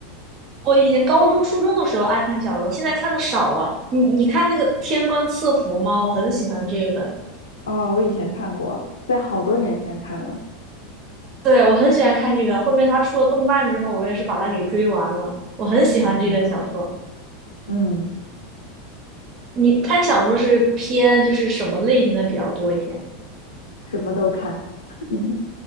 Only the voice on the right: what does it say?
我以前高中、初中的时候爱看小说，现在看的少了。你你看那个《天官赐福》吗？我很喜欢这一本，
对，我很喜欢看这个。后面他出了动漫之后，我也是把它给追完了。我很喜欢这个小说。
你看小说是偏就是什么类型的比较多一些？